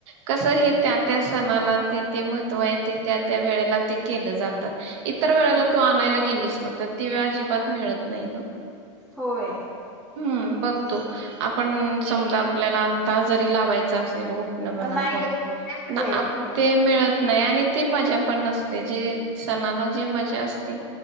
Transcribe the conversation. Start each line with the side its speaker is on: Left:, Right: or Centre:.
Right: कस हे त्या त्या सणाला ते ते महत्व आहे ते त्या त्या वेळेला ते केल जात. इतर वेळेला
Centre: हो.
Right: तू आणायला गेलीस. स्वतः ते तीळ अजिबात मिळत नाही ग.
Centre: होय
Right: हम्म बघतो. पण समजा आपल्याला आता जरी लावायच अस. उठन म्हणा
Centre: नाही
Right: मग
Centre: ग नाही मजा
Right: ना
Centre: येत
Right: आपटे
Centre: खरं.
Right: मिळत नयाने ती मजा पण नसते जे सणाला जे मजा असते